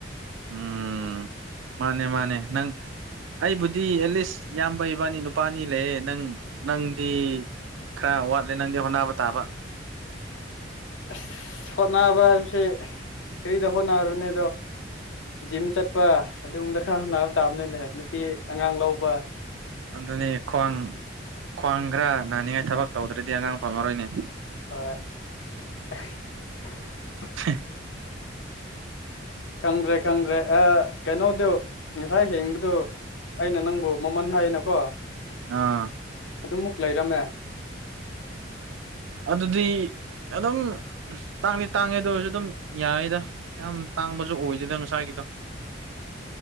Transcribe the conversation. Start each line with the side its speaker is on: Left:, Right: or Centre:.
Right: ꯎꯝ ꯃꯥꯅꯦ ꯃꯥꯅꯦ ꯅꯪ ꯑꯩꯕꯨꯗꯤ ꯑꯦꯠꯂꯤꯁ ꯏꯌꯥꯝꯕ ꯏꯕꯥꯅꯤ ꯅꯨꯄꯥ ꯑꯅꯤ ꯂꯩꯌꯦ ꯅꯪ ꯅꯪꯗꯤ ꯈꯔ ꯋꯥꯠꯂꯦ ꯅꯪꯗꯤ ꯍꯣꯠꯅꯕ ꯇꯥꯕ
Left: ꯑꯁ ꯍꯣꯠꯅꯕ ꯍꯥꯏꯕꯁꯦ ꯀꯔꯤꯗ ꯍꯣꯠꯅꯔꯨꯅꯤ ꯑꯗꯣ ꯖꯤꯝ ꯆꯠꯄ ꯑꯗꯨꯒꯨꯝꯕꯗ ꯈꯔ ꯍꯣꯠꯅꯕ ꯇꯥꯕꯅꯤꯅꯦ ꯅꯨꯄꯤ ꯑꯉꯥꯡ ꯂꯧꯕ
Right: ꯑꯗꯨꯅꯦ ꯈ꯭ꯋꯥꯡ ꯈ꯭ꯋꯥꯡ ꯈꯔ ꯅꯥꯅꯤꯡꯉꯥꯏ ꯊꯕꯛ ꯇꯧꯗ꯭ꯔꯗꯤ ꯑꯉꯥꯡ ꯐꯪꯉꯥꯔꯣꯏꯅꯦ
Left: ꯑ <unintelligible>
Right: <unintelligible>
Left: ꯈꯪꯗ꯭ꯔꯦ ꯈꯪꯗ꯭ꯔꯦ ꯑ ꯀꯩꯅꯣꯗꯣ ꯉꯁꯥꯏ ꯌꯦꯡꯕꯗꯣ ꯑꯩꯅ ꯅꯪꯕꯨ ꯃꯃꯟ ꯍꯥꯏꯅ ꯀꯣ
Right: ꯑꯥ
Left: ꯑꯗꯨꯃꯨꯛ ꯂꯩꯔꯝꯃꯦ
Right: ꯑꯗꯨꯗꯤ ꯑꯗꯨꯝ ꯇꯥꯡꯗꯤ ꯇꯥꯡꯉꯦꯗꯣ ꯑꯗꯨ ꯑꯣꯏꯔꯁꯨ ꯑꯗꯨꯝ ꯌꯥꯔꯦꯗ ꯌꯥꯝ ꯇꯥꯡꯕꯁꯨ ꯑꯣꯏꯗꯦꯗꯥ ꯉꯁꯥꯏꯒꯤꯗꯣ
Left: <unintelligible> <inaudible>